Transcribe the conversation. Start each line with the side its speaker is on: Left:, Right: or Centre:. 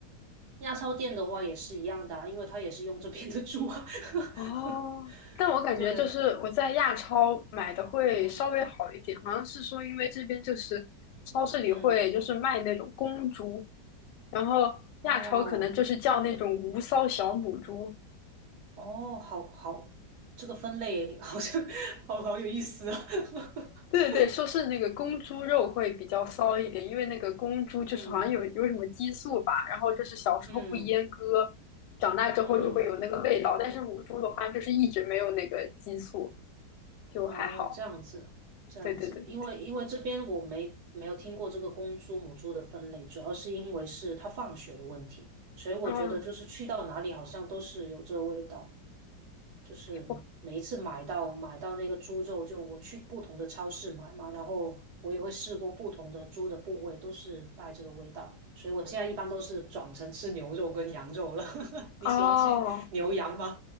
Right: 亚超店的话也是一样的啊因为他也是用这边的猪啊。
Left: 哦，
Right: <laughs>
Left: 但我感觉就是我在亚超买的会稍微好一点，
Right: 对，嗯
Left: 好像是说因为这边就是超市里会就是卖那种公猪，
Right: 嗯，
Left: 然后亚超可能就是叫那种无骚小母猪，
Right: 哦哦，好好，这个分类好像 <laughs> 好好有意思啊。<laughs>
Left: 对对对，说是那个公猪肉会比较骚一点，因为那个公猪就是好像有有什么激素吧，
Right: 嗯
Left: 然后就是小时候不阉割，
Right: 嗯
Left: 长大之后就会有那个味道，
Right: 嗯，
Left: 但是母猪的话就是一直没有那个激素，就还好。
Right: 哦，这样子这样子，
Left: 对对对对对，
Right: 因为因为这边我没没有听过这个公猪母猪的分类，主要是因为是它放血的问题，所以我觉得就是去到哪里好像都是有这个味道。
Left: 嗯，
Right: 就是每一次买到买到那个猪肉，
Left: 我
Right: 就我去不同的超市买嘛，然后我也会试过不同的猪的部位，都是带这个味道，所以我现在一般都是转成吃牛肉跟羊肉了。<laughs> 你喜欢吃牛羊吗？
Left: 哦，